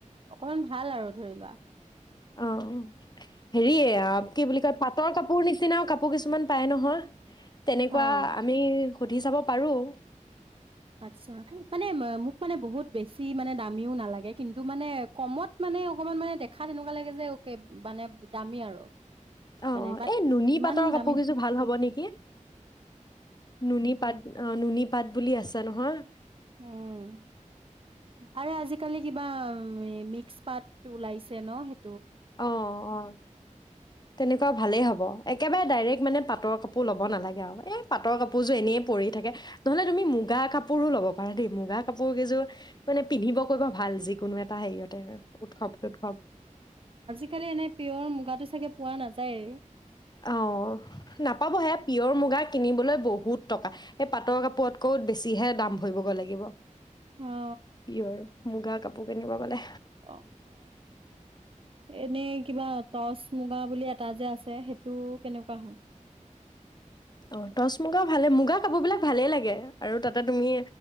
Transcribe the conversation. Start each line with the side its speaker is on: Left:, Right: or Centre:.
Right: অকমান ভাল আৰু ধৰি লোৱা।
Left: অ' হেৰিয়ে কি বুলি কয় পাটৰ কাপোৰ নিচিনাও কাপোৰ কিছুমান পায় নহয়। আহ। <unintelligible> তেনেকুৱা
Right: অ
Left: আমি সুধি চাব পাৰোঁ।
Right: আচ্ছা', মানে মোক মানে বহুত বেছি। বেছি মানে দামীও নালাগে কিন্তু মানে কমত মানে অকমান মানে দেখা এনেকুৱা লাগে যে, মানে দামী আৰু।
Left: অ-অ
Right: মানে বাট
Left: এই নুনী
Right: ইমান
Left: পাটৰ কাপোৰ
Right: দামী
Left: কেইযোৰ ভাল হ'ব নেকি? নুনী পাট অ' নুনী পাট বুলি আছে নহয়।
Right: উম', আৰু আজিকালি কিবা, মিক্স পাত ওলাইছে ন, সেই
Left: অ-অ, তেনেকুৱা ভালেই হ'ব। এক একেবাৰে ডাইৰেক্ট মানে পাটৰ কাপোৰ ল'ব নালাগে আৰু এই পাটৰ কাপোৰযোৰ এনেই পৰি থাকে, নহ'লে তুমি মুগা কাপোৰো ল'ব পাৰা দেই মুগা। কাপোৰ কেইযোৰ, মানে পিন্ধিব কৰবা ভাল জিক কোনো এটা হেৰিয়তে উৎসৱ- সৎসৱ,
Right: আজি কালি এনে পিয়ৰ মুগাটো চাগে পোৱা নাযায়ে।
Left: অ, নাপাবহে পিয়ৰ মুগা কিনিবলৈ বহুত টকা সেই পাটৰ কাপোৰতকৈ বেছিহে দাম ভৰিবগৈ লাগিব।
Right: অ
Left: পিয়ৰ, মুগা কাপোৰ। কিনিব গলে,
Right: অ-অ এনে কিবা টচ, মুগা বুলি এটা যে আছে সেইটো, কেনেকুৱা হয়।
Left: অ টচ মুগা ভালে মুগা কাপোৰ বিলাক ভালেই লাগে। আৰু তাতে তুমি